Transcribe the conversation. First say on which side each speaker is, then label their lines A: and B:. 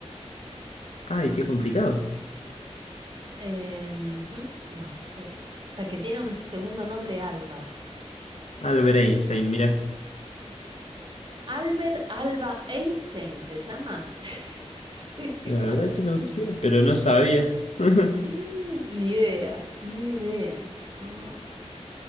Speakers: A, on the left; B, on the right.
A: Ay, qué complicado.
B: em, ujú, no sé. O sea, que tiene un segundo nombre Alba.
A: Albert Einstein, mira.
B: Albert Alba Einstein se llama. <laughs> Qué
A: La verdad
B: mal.
A: que no sé, pero no sabía. <laughs>
B: <laughs> Ni idea, ni idea. Ah,